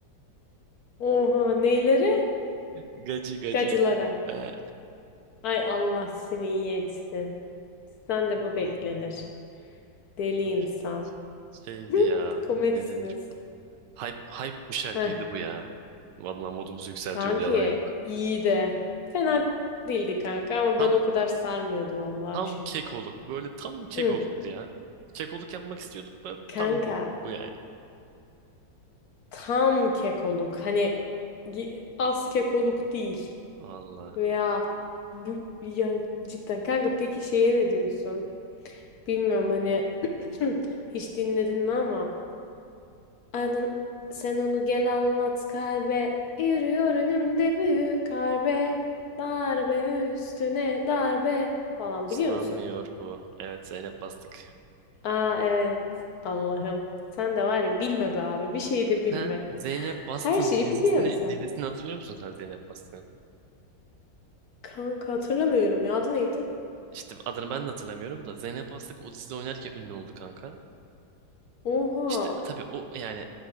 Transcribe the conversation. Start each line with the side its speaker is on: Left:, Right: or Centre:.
Left: Oha. Neylere?
Right: Gacı gacı.
Left: Gacılara.
Right: Ee,
Left: Ay Allah seni iyi etsin. Sen de bu
Right: vallahi
Left: beklenir. Deli
Right: çok
Left: insan.
Right: şeydi
Left: <laughs>
Right: ya. Ne
Left: Komedisiniz.
Right: denir? Hype, hype bir şarkıydı
Left: Heh.
Right: bu ya. Vallahi modumuzu yükseltiyordu
Left: Kanki
Right: yalan yok.
Left: iyi de. Fena değildi kanka ama
Right: Tam
Left: ben o kadar sarmıyordu vallahi
Right: tam
Left: bir şey.
Right: kekoluk. Böyle tam kekoluktu
Left: Hı.
Right: ya. Kekoluk yapmak istiyorduk da
Left: Kanka.
Right: tam bu. Bu yani.
Left: tam kekoluk. Hani gi- az kekoluk değil.
Right: Vallahi.
Left: Veya bu yani cidden kanka peki şeye ne diyorsun? Bilmiyorum hani <clears throat> hiç dinledin mi ama anan sen onu gel anlat kalbe yürüyor önümde büyük harbe darbe üstüne darbe falan
Right: Islanmıyor
Left: biliyor musun?
Right: bu. Evet Zeynep Bastık.
Left: Aa evet Allah'ım sen de var ya bilme be abi bir şey de bilme.
Right: Sen Zeynep Bastık'ın
Left: Her şeyi
Right: dizisini,
Left: biliyorsun sen.
Right: dizisini hatırlıyor musun sen Zeynep Bastık'ın?
Left: Kanka hatırlamıyorum ya adı neydi?
Right: İşte adını ben de hatırlamıyorum da Zeynep Aslık o dizide oynarken ünlü oldu kanka.
Left: Oha.
Right: İşte tabii o yani